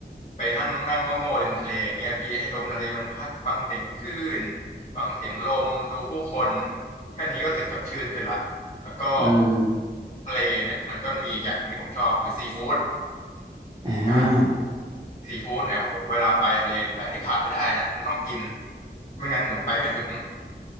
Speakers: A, on the left; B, on the right.
A: ไปนั่งนั่งโง่ๆริมทะเลอย่างเงี้ยพี่ให้ลมทะเลมันพัดฟังเสียงคลื่นฟังเสียงลมดูผู้คนแค่นี้ก็รู้สึกสดชื่นขึ้นละแล้วก็
B: อืม
A: ทะเลเนี่ยมันก็มีอีกอย่างหนึ่งที่ผมชอบคือซีฟู้ด
B: อ่า
A: อ่าซีฟู้ดเนี่ยโหเวลาไปทะเลทีไรนี่ขาดไม่ได้นะต้องกินไม่งั้นเหมือนไปไม่ถึง